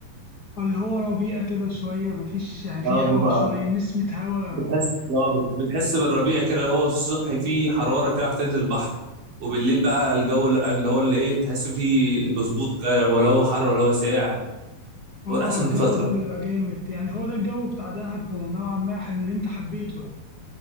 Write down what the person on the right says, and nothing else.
شتاء
بتحس اه بت- بتحس بالربيع كده اللي هو في الصبح فيه حراره كده عارف تنزل البحر وبالليل بقى الجو اللي اللي هو اللي ايه تحس فيه مظبوط كده ولا هو حر ولا هو ساقع
هو ده احسن
فتره